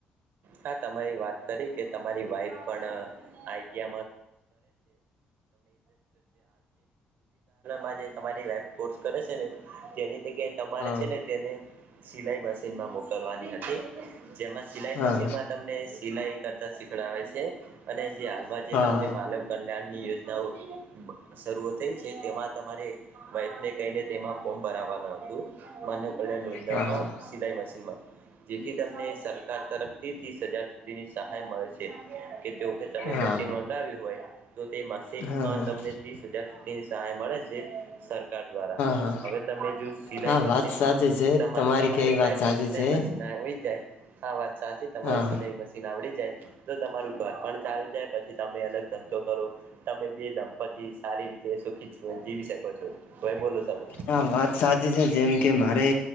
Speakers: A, on the right; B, on the left.
A: હા તમારી વાત કરી કે <unintelligible> તમારી વાહીફ કોસં કરે છેને તેની એટલે કે તમારે
B: હા
A: છે ને તેને સિલાઈ મશીનમાં મોકલવાની હતી જેમાં સિલાઈ
B: હા
A: મશીન તમ સિલાઈ કરતા શીખડાવે છે અને જે હાલમાં જે
B: હા
A: તમને માનવ કલ્યાણની યોજ નાવો શરૂઆ થઈ છે તેમાં તમારે વાઈફને કહીને તેમાં ફોર્મ ભરાવાનો હતો માનવ કલ્યાણ યોજના
B: હા હા
A: સિલાઈ મશીનમાં જેથી તમને સરકાર તરફ ત્રીસ હજાર સુધીની સહાય મળે છે કે તે વખતે તમે
B: હા
A: મશીન મંગાવ્યું હોય તો તે મશીનમાં
B: હા
A: તમને ત્રીસ હજાર સુધી સહાય મળે છે સરકાર દ્વારા
B: હા
A: હવે તમે જો સિલાઈ
B: હા
A: મશીન
B: વાત સાચી છે
A: તમારી
B: કેવી વાત
A: વાઈફ
B: સાચી
A: સિલાઈ
B: છે
A: મશીન આવડી જાય હા વાત સાચી તમારે
B: હા
A: સિલાઈ મશીન આવડી જાય તો તમારું ઘર પણ ચાલુ જાય પછી તમે અલગ ધંધો કરો તમે જે દંપતિ સારી રીતે સુખી જીવી શકો છો કોઈ બોલો તમે
B: હા વાત સાચી છે જેમ કે મારે